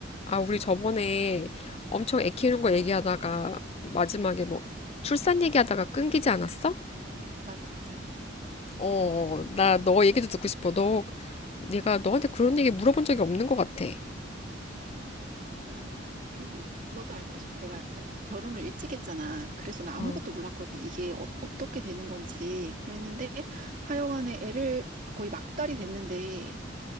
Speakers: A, on the left; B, on the right.
A: 아, 우리 저번에 엄청 애 키우는 거 얘기하다가 마지막에 뭐 출산 얘기하다가 끊기지 않았어?
B: 맞아, 맞아.
A: 어, 나 너 얘기도 듣고 싶어. 너 내가 너한테 그런 얘기 물어본 적이 없는 것 같아.
B: 음, 내가 그 너도 알다시피 내가 결혼을 일찍 했잖아. 그래서 나
A: 어,
B: 아무것도 몰랐거든. 이게 어, 떻게 되는 건지. 그랬는데 하여간에 애를 거의 막달이 됐는데